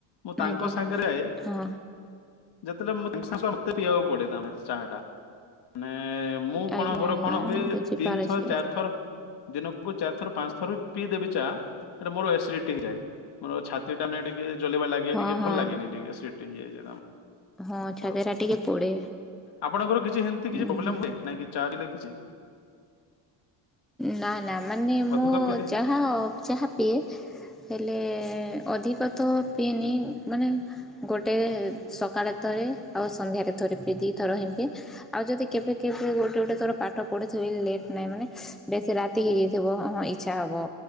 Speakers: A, on the left; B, in the centre.
A: ମୁଁ ତାଙ୍କ
B: ଆଜ୍ଞା
A: ସାଙ୍ଗରେ ଆ।
B: ହଁ
A: ଯେତେବେଳେ ମୁଁ ତାଙ୍କ ସହ ଥାଏ ମତେ ପିଆକୁ ପଡ଼େ ଚାହାଟା। ମାନେ ମୁଁ
B: ଆଜ୍ଞା
A: କଣ ମୋର
B: ଆଜ୍ଞା
A: କଣ ହୁଏ
B: ବୁଝିପାରୁଛି
A: ତିନି ଥର ଚାରିଥର। ଦିନ କୁ ଚାରି ଥର ପାଞ୍ଚ ଥର ବି ପିଇ ଦେବି ଚା ହେଲେ ମୋର ଏସିଡିଟି ହେଇଯାଏ। ମୋର ଛାତି ଟା ମାନେ ଟିକେ ଜଲିବା ଲାଗେ
B: ହଁ
A: ଟିକେ
B: ହଁ
A: ଭଲ ଲାଗେନି ଟିକେ ଏସିଡିଟୀ ହେଇଯାଇଏ
B: ହଁ ଛାତଟା
A: ମୋର।
B: ଟିକେ ପୋଡ଼େ
A: ଆପଣଙ୍କର କିଛି ଯେମିତି
B: ହୁଁ
A: କିଛି ପ୍ରୋବ୍ଲେମ୍
B: ହୁଁ
A: ହୁଏ ନା କି? ଚା ବି ଲାଗିଛି।
B: ନା ହେଲା ମାନେ ମୁଁ
A: ଅଧିକ ପିଇଲେ
B: ଚାହା ଚାହା ପିଏ ହେଲେ। ଅଧିକ ତ ପିଏନି ମାନେ ଗୋଟେ ସକାଳେ ଥରେ ଆଉ ସନ୍ଧ୍ୟାରେ ଥରେ ପିଏ ଦୁଇଥର ହିଁ ପିଏ ଆଉ ଯଦି କେବେ କେବେ ଗୋଟେ ଗୋଟେ ଥର ପାଠ ପଢ଼ିଥିବି ଲେଟ୍। ନାଇଁ ମାନେ ବେଶୀ ରାତି ହେଇ ଯାଇଥିବ ହଁ ଇଚ୍ଛା ହବ